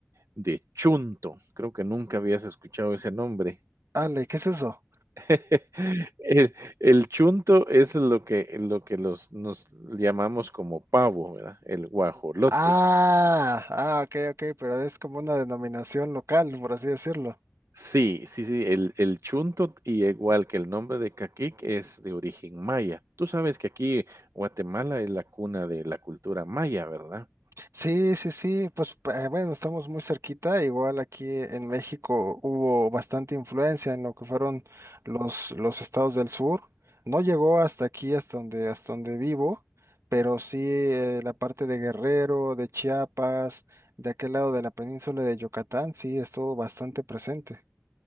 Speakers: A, on the right; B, on the right.
A: de chunto. Creo que nunca habías escuchado ese nombre.
B: Ale, ¿qué es eso?
A: <laughs> El el chunto es lo que lo que los nos llamamos como pavo, ¿verdad? El guajolote.
B: Ah, ah, ok, ok, pero es como una denominación local, por así decirlo.
A: Sí, sí, sí, el el chunto, y igual que el nombre de caquic, es de origen maya. Tú sabes que aquí Guatemala es la cuna de la cultura maya, ¿verdad?
B: Sí, sí, sí, pues eh, bueno, estamos muy cerquita, igual aquí en México hubo bastante influencia en lo que fueron los, los estados del sur, no llegó hasta aquí, hasta donde, hasta donde vivo, pero sí eh, la parte de Guerrero, de Chiapas, de aquel lado de la península de Yucatán, sí estuvo bastante presente,